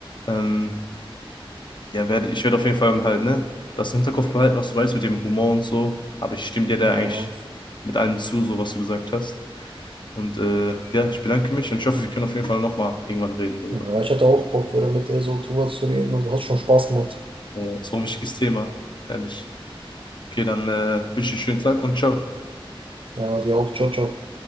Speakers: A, on the left; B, on the right.
A: Ähm, ja, werd, ich werde auf jeden Fall halt, ne, das im Hinterkopf behalten, was du meinst mit dem Humor und so. Aber ich stimme dir da
B: ja. ja.
A: eigentlich mit allem zu, so was du gesagt hast. Und äh, ja, ich bedanke mich und ich hoffe, wir können auf jeden Fall nochmal irgendwann reden darüber.
B: Ja, ich hatte auch Bock, wieder mit dir so drüber zu reden. Also hat schon Spaß gemacht.
A: Äh, so ein wichtiges Thema. Herrlich. Okay, dann äh, wünsche ich einen schönen Tag und ciao.
B: Ja, dir auch. Ciao, ciao.